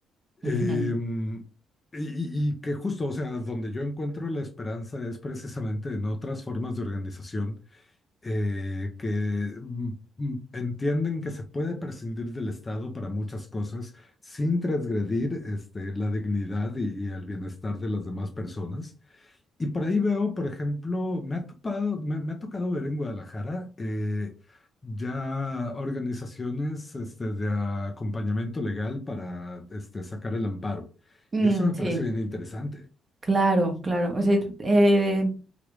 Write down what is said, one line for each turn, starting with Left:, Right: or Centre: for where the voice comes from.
Right: Ujú.
Left: Em, y, y- y que justo, o sea, donde yo encuentro la esperanza es precisamente en otras formas de organización eh, que mm, mm, entienden que se puede prescindir del Estado para muchas cosas sin transgredir este, la dignidad y, y el bienestar de las demás personas. Y por ahí veo, por ejemplo, me ha topado, me, me ha tocado ver en Guadalajara eh, ya organizaciones este, de acompañamiento legal para este, sacar el amparo.
Right: Mm,
Left: Y eso me parece
Right: sí.
Left: bien interesante.
Right: Claro, claro. O sea, eh,